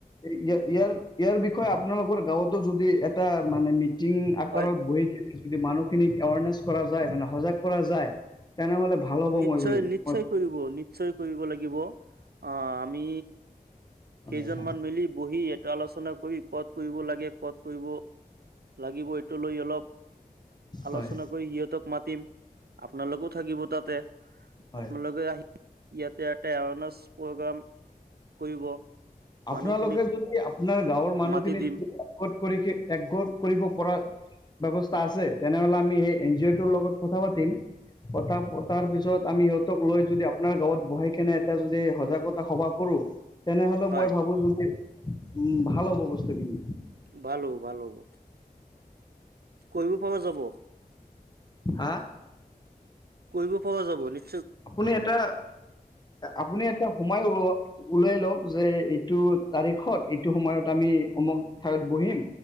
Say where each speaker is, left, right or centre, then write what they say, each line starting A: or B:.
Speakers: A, on the left; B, on the right.
A: ইয়াৰ ইয়াৰ বিষয়ে আপোনালোকৰ গাঁৱতো যদি এটা মানে মিট টিং আকাৰত
B: হয়
A: বহি কিনে যদি মানুহখিনিক এৱাৰনেছ কৰা যায় মানে সজাগ কৰা যায়। তেনেহ'লে, ভাল হ'ব
B: নিশ্চয়-নিশ্চয়
A: মই বুলি মই
B: কৰিব নিশ্চয় কৰিব লাগিব আহ আমি
A: হয়
B: কেইজনমান
A: হয়
B: মিলি বহি এটা আলোচনা কৰি ক'ত কৰিব লাগে ক'ত কৰিব লাগিব এইটো লৈ অলপ আলোচনা
A: হয়
B: কৰি সিহঁতক মাতিম। আপোনালোকও থাকিব তাতে
A: হয়
B: আপোনালোকে আহি ইতেয়া এটে অনছ প্ৰগ্ৰাম কৰিব
A: আপোনালোকে
B: মানুহখিনিক
A: যদি আপোনাৰ গাঁৱৰ মানুহখিনি
B: মাতি দিম
A: যদি কৰি একগৰ কৰিব পৰা। ব্যৱস্থা আছে তেনেহলে আমি সেই এন জি অ' ৰ লগত কথা পাতিম। কথা পতাৰ পিছত আমি সিহঁতক লৈ যদি আপোনাৰ গাঁৱত বহাই খনে এটা যদি সজাগতা সভা কৰো তেনেহলে
B: হয়
A: মই ভাবো যদি উ ভাল হ'ব বস্তুখিনি।
B: ভাল হ'ব ভাল হ'ব কৰিব পাব যাব।
A: হা?
B: কৰিব পৰা যাব নেকি
A: আপুনি এটা, আপুনি এটা সোমাইল ওলিয়াই লওক যে এইটো তাৰিখত এইটো সময়ত আমি অমক ঠাইত বহিম।